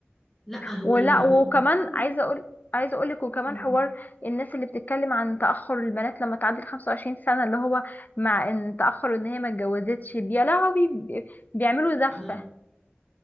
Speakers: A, in the centre; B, on the left (about 45°).
A: لا هو
B: ولا
A: ال... هو
B: وكمان
A: المجتمع
B: عايزه اقول عايزه اقول لك وكمان
A: امم
B: حوار الناس اللي بتتكلم عن تاخر البنات لما تعدي ال 25 سنه اللي هو مع ان تاخر ان هي ما اتجوزتش يا لهوي بي- بيعملوا
A: لا
B: زفه
A: لا